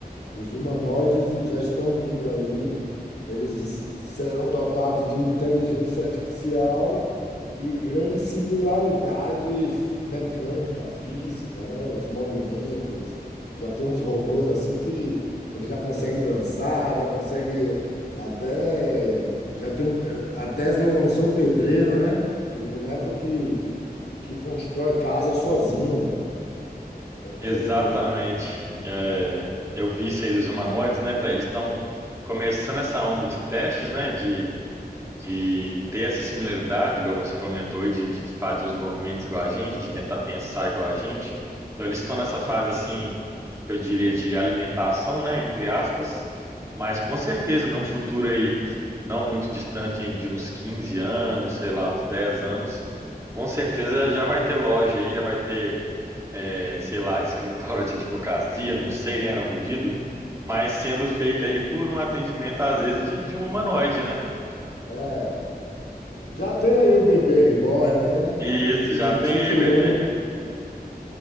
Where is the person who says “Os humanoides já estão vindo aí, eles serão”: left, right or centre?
Left